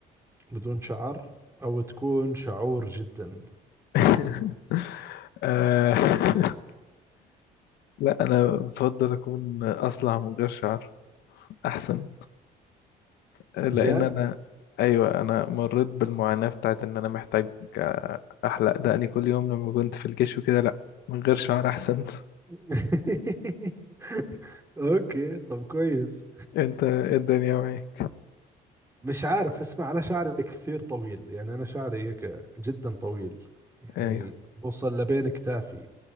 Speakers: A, on the right; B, on the left.
A: بدون شعر أو تكون شعور جدا
B: <laughs> آه، <laughs> لا انا بفضل اكون اصلع من غير شعر احسن لان
A: جد
B: انا ايوه انا مريت بالمعاناة بتاعت ان انا محتاج آه، احلق دقني كل يوم لما كنت في الجيش وكده لا من غير شعر احسن <laughs>
A: <laughs> أوكي طب كويس
B: انت إيه الدنيا معاك
A: مش عارف اسمع أنا شعري كثير طويل يعني أنا شعري هيك جدا طويل يعني
B: ايوه
A: بوصل لبين كتافي